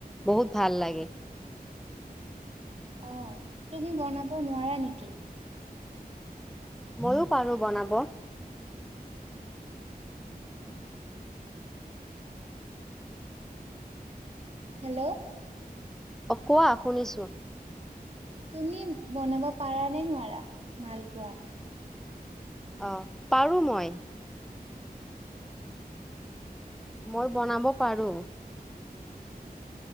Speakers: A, in the centre; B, on the right.
A: বহুত ভাল লাগে।
B: অহ, তুমি বনাব নোৱাৰা নেকি?
A: ময়ো পাৰো বনাব।
B: হেল্ল',
A: কোৱা শুনিছো।
B: তুমি বনাব পাৰা নে নোৱাৰা মালপোৱা?
A: অহ, পাৰো মই। মই বনাব পাৰো।